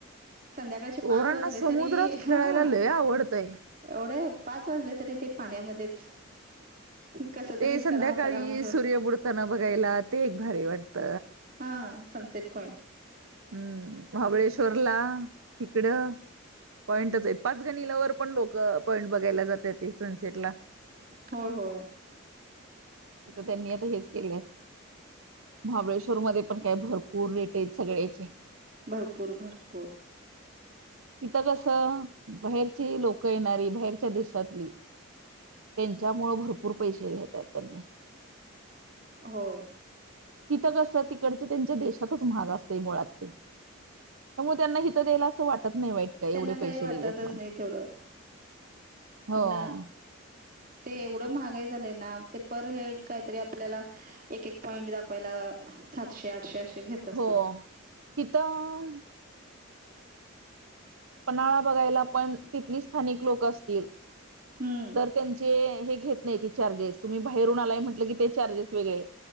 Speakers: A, on the right; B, on the right.
A: संध्याकाळचे
B: पोरांना
A: पाच वाजले
B: समुद्रात
A: तरी
B: खेळायला
A: ह
B: लय आवडतंय
A: एवढे पाच वाजले तरी ते पाण्यामध्येच कस
B: ते
A: तरी
B: संध्याकाळी
A: चला ह चला म्हण.
B: सूर्य बुडताना बघायला ते एक भारी वाटत.
A: हा सनसेट पॉईंट.
B: हम्म महाबळेश्वरला इिकडं पॉइंटच आहेत पाच गणी लवर. पण लोक पॉईंट बघायला जातात ते सनसेट ला.
A: होय होय.
B: तर त्यांनी आता हेच केलेस. महाबळेश्वर मध्ये पण काय भरपूर रेट आहेत सगळ्याचे.
A: भरपूर भरपूर.
B: किथं कस बाहेरची लोक येणारी बाहेरच्या देशातली. त्यांच्यामु भरपूर पैसे घेतात त्यांनी.
A: होय.
B: तिथं कसं तिकडच त्यांच्या देशातच महाग असतय मुळात ते. तर मग त्यांना हित द्यायला असं वाटत नाही वाईट. काय
A: त्यांना
B: एवढे
A: काही
B: पैसे
A: वाटतच
B: दिलेत मला
A: नाही तेवढं पण.
B: हो
A: ते एवढं महागाई झालंय ना ते पर हेड काहीतरी आपल्याला. एक एक पॉइंट दाखवायला सातशे आठशे असे घेत. असतात.
B: हो तिथं पन्हाळा बघायला पण तिथली स्थानिक लोक असतील.
A: हं.
B: तर त्यांचे हे घेत नाही ते चार्जेस तुम्ही बाहेरून आलाय म्हटलं की ते चार्जेस वेगळे